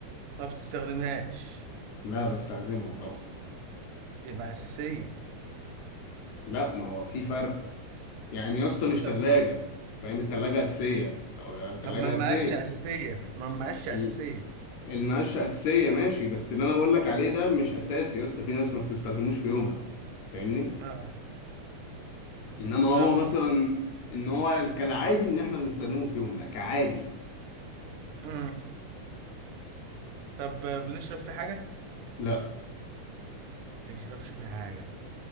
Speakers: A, on the right (about 85°); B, on the left (about 80°).
A: ما بتستخدمهاش
B: لا بستخدمها طبعا
A: تبقى أساسية
B: لا ما هو في فرق يعني يا اسطى مش تلاجة
A: طب
B: فاهم التلاجة أساسية أو لا التلاجة
A: طب ما المقاشة
B: أساسية
A: أساسية ما المقاشة
B: ال-
A: أساسية
B: المقاشة أساسية ماشي بس اللي أنا بقولك عليه ده مش أساسي يا اسطى في ناس ما بتستخدموش في يومها فاهمني
A: آه.
B: إنما هو
A: طب
B: مثلا إن هو كالعادي إن إحنا بنستخدمه في يومنا كعادي
A: مم. طب بنشرب في حاجة؟
B: لا
A: ما بنشربش في حاجة